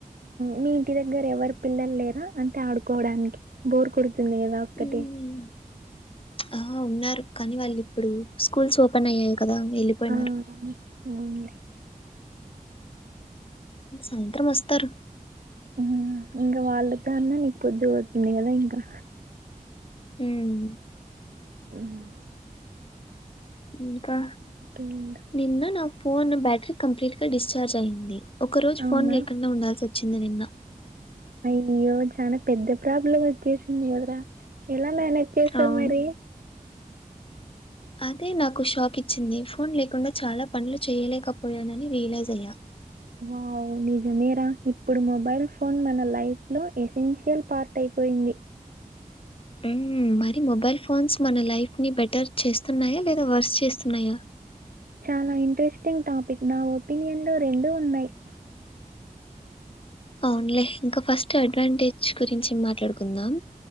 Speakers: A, on the right; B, on the left.
A: మీ ఇంటి దగ్గర ఎవరు పిల్లలు లేరా అంటే ఆడుకోవడానికి బోర్ కొడు తుంది కదా ఒక్కటే
B: ఉమ్, ఆ ఉన్నారు కానీ వాళ్ళు ఇప్పుడు స్కూల్స్ ఓపెన్ అయ్యాయి కదా వెళ్ళిపోయినారు
A: ఆ, అవునులే
B: సాయంత్రం వస్తారు
A: ఉమ్ ఇంకా వాళ్ళతో అన్నా నీకు పొద్దు పోతుంది కదా ఇంకా
B: ఉమ్
A: మ్మ్,
B: ఇంకా
A: ఇంకేంటి?
B: నిన్న నా ఫోన్ బ్యాటరీ కంప్లీట్ గా డిశ్చార్జ్ అయింది ఒక రోజు
A: అవునా
B: ఫోన్ లేకుండా ఉండాల్సి వచ్చింది నిన్న
A: అయ్యో చాలా పెద్ద ప్రాబ్లం వచ్చేసింది కదా ఎలా మేనేజ్ చేసావ్
B: అవును
A: మరి
B: అదే నాకు షాక్ ఇచ్చింది ఫోన్ లేకుండా చాలా పనులు చేయలేకపోయానని రియలైజ్ అయ్యా
A: వావ్ నిజమేరా ఇప్పుడు మొబైల్ ఫోన్ మన లైఫ్ లో ఎసెన్షియల్ పార్ట్ అయిపో యింది
B: అ మరి మొబైల్ ఫోన్స్ మన లైఫ్ ని బెటర్ చేస్తున్నాయా లేదా వర్స్ చేస్తున్నాయా
A: చాలా ఇంట్రెస్టింగ్ టాపిక్ నా ఒపీనియన్ లో రెండు ఉన్నాయి
B: అవునులే ఇంకా ఫస్ట్ అడ్వాంటేజ్ గురించి మాట్లాడుకుందాం